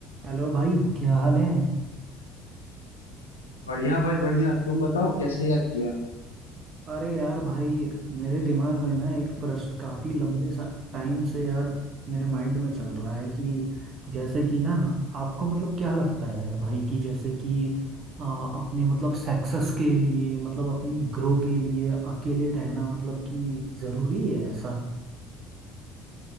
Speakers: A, on the right; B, on the left.
A: Hello भाई क्या हाल है
B: बढ़िया भाई बढ़िया तुम बताओ कैसे याद किया
A: अरे यार भाई मेरे दिमाग में ना एक प्रश्न काफी लंबे सा- टाइम से यार मेरे माइंड में चल रहा है कि जैसे कि ना आपको मतलब क्या लगता है यार भाई कि जैसे कि आ, अपने मतलब सक्सेस के लिए मतलब अपनी ग्रो के लिए अकेले रहना मतलब कि जरूरी है ऐसा